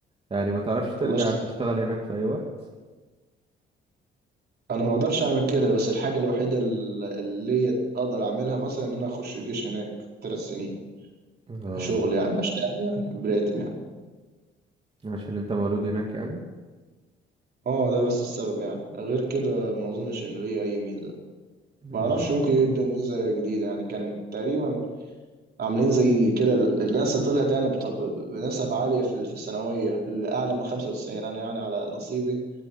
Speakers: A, on the right; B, on the right.
A: يعني ما تعرفش ترجع
B: تقدرش تاخدها.
A: تشتغل هناك في أي وقت
B: أنا ما أقدرش أعمل كده بس الحاجة الوحيدة ال- اللي أقدر أعملها مثلا إن أنا أخش الجيش هناك ثلاث سنين
A: اه
B: شغل يعني أشتغل يعني براتب يعني
A: عشان انت مولود هناك يعني
B: اه ده بس السبب يعني غير كده ما أظنش إن ليه أي ميزة
A: ايوه
B: ما أعرفش ممكن يدوا ميزة جديدة يعني كان تقريبا عاملين زي كده الناس طلعت يعني بط- بنسب عالية في في الثانوية الأعلى من 95 أنا يعني على نصيبي